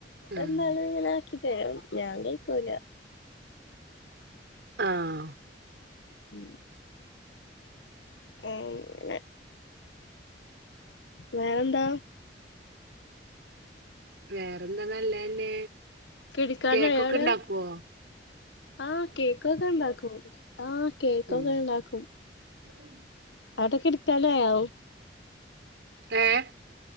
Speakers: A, on the right (about 70°); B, on the left (about 85°).
A: ആഹ്
B: എന്നാലും ഇങ്ങനെ ആക്കിതരും ഞാൻ കയ്ക്കൂല.
A: ആഹ്
B: ഉം ഏഹ് ങ്ങനെ വേറെന്താ?
A: വേറെന്താ നല്ലതന്നെ.
B: കിടക്കാനായോ
A: കേക്കൊക്കണ്ടാക്കോ?
B: അവിടെ ആഹ് കേക്കൊക്കെ ഇണ്ടാക്കും ആഹ് കേക്കൊക്കെ
A: ഉം
B: ഇണ്ടാക്കും.
A: <unintelligible>
B: അടെ കെട്ത്താനാവും.
A: ഏഹ്